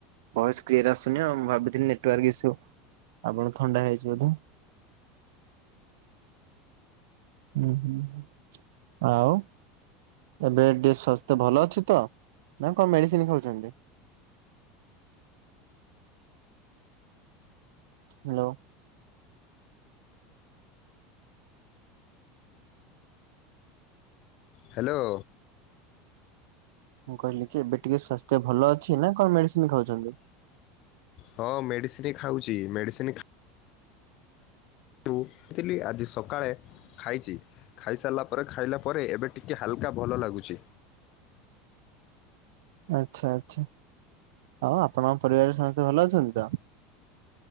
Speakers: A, on the right; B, on the left.
A: ଭଏସ୍ କ୍ଲିଅର ଆସୁନି ଆଉ ମୁଁ ଭାବିଥିଲି ନେଟୱାର୍କ ଇସୁ ଆପଣଙ୍କୁ ଥଣ୍ଡା ହେଇଚି ବୋଧେ। ହୁଁ ହୁଁ ହୁଁ ଆଉ। ଏବେ ଟିକେ ସ୍ୱାସ୍ତ୍ୟ ଭଲ ଅଛି ତ ନା କଁ ମେଡିସିନି ଖାଉଛନ୍ତି? ହ୍ୟାଲୋ।
B: ହ୍ୟାଲୋ।
A: ମୁଁ କହିଲି କି ଏବେ ଟିକେ ସ୍ୱାସ୍ତ୍ୟ ଭଲ ଅଛି ନା କଣ ମେଡିସିନି ଖାଉଛନ୍ତି?
B: ହଁ ମେଡିସିନି ଖାଉଚି ମେଡିସିନି ଖା ଟୁ ଥିଲି ଆଜି ସକାଳେ ଖାଇଚି ଖାଇସାରିଲା ପରେ ଖାଇଲା ପରେ ଏବେ ଟିକେ ହାଲକା ଭଲ ଲାଗୁଛି।
A: ଆଚ୍ଛା ଆଚ୍ଛା ଆଉ ଆପଣଙ୍କ ପରିବାରେରେ ସମେତେ ଭଲ ଅଛନ୍ତି ତ?